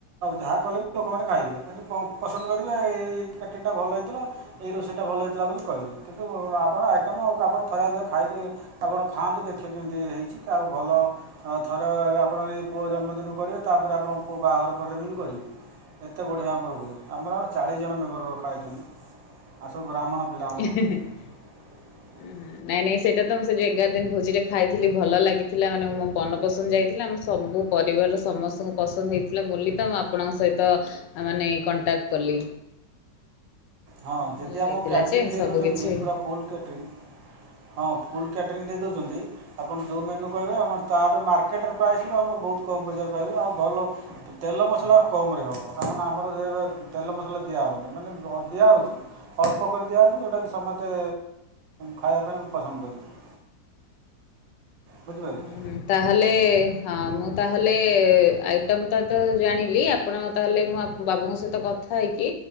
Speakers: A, on the right (about 80°); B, on the left (about 75°).
A: ଯାହା କଲେ ବି ଲୋକମାନେ ଖାଇବେ, କିନ୍ତୁ ପସନ୍ଦ କରିବେ ଏଇ <unintelligible> ଭଲ ହେଇଥିଲା। ଏଇ ରୋଷେଇ ଟା ଭଲ ହେଇଥିଲା ବୋଲି କହିବେ, କିନ୍ତୁ ଆପଣ ଉ ଆଉ କାପଣ ଥରେ ଅଧେ ଖାଇକି ଆପଣ ଖାଆନ୍ତୁ ଦେଖିବେ କେମିତି ହେଇଛି କି ଆଉ ଭଲ ଆଉ ଥରେ ଆପଣ ଏଇ ପୁଅ ଜନ୍ମଦିନକୁ କରିବେ ତାପରେ ଆପଣ ବାହାଘର ପରେ ବି ବି କରିବେ। ଏତେ ବଢ଼ିଆ ଆମର ହୁଏ ଆମର ଚାଳିଶ ଜଣ ମେମ୍ବର ରଖା ହେଇଛନ୍ତି, ଆଉ ସବୁ ବ୍ରାହ୍ମଣ ପିଲା
B: <unintelligible>
A: ଆମର <unintelligible>
B: ନାଇଁ ନାଇଁ ସେଇଟା ତ ମୁଁ ସେଉ ଏଗାର ଦିନ ଭୋଜିରେ ଖାଇଥିଲି ଭଲ ଲାଗିଥିଲା, ମାନେ ମୋ ମନ ପସନ୍ଦ ଯାଇଥିଲା ଆମ ସବୁ ପରିବାରର ସମସ୍ତଙ୍କୁ ପସନ୍ଦ ହେଇଥିଲା ବୋଲି ତ ମୁଁ ଆପଣଙ୍କ ସହିତ ମାନେ କଣ୍ଟାକ୍ଟ କଲି।
A: ହଁ ଯଦି
B: ଭଲ
A: ଆମକୁ
B: ହେଇଥିଲା
A: କ୍ୟାଟରିଂ
B: ଯେ
A: ଦେଇ
B: ସବୁ
A: ଦେଉଛନ୍ତି
B: କିିଛି।
A: ପୁରା ଫୁଲ୍ କ୍ୟାଟରିଂ, ହଁ ଫୁଲ କ୍ୟାଟରିଂ ଦେଇ ଦେଉଛନ୍ତି। ଆପଣ ଯେଉଁ ମେନ୍ୟୁ କହିବେ ଆମ ତାର ମାର୍କେଟର ପ୍ରାଇସରୁ ଆମର ବହୁତ କମ୍ ପଇସାରେ ପାଇବେ, ଆଉ ଭଲ ତେଲ ମସଲା କମ ରେ ହବ ତା ମାନେ ଆମର ଯେ ତେଲ ମସଲା ଦିଆହେଉନି, ମାନେ ଦିଆହେଉଛି ଅଳ୍ପ କରି ଦିଆହେଉଛି ଯେଉଁଟାକି ସମସ୍ତେ ଖାଇବା ପାଇଁ ପସନ୍ଦ କରିବେ। ବୁଝିିପାରିଲେ।
B: ହଁ ତାହେଲେ ହଁ ମୁଁ ତାହେଲେ ଆଇଟମ୍ ତ ଜାଣିଲି ଆପଣ ତାହେଲେ ମୁଁ ବାବୁଙ୍କ ସହିତ କଥା ହେବି।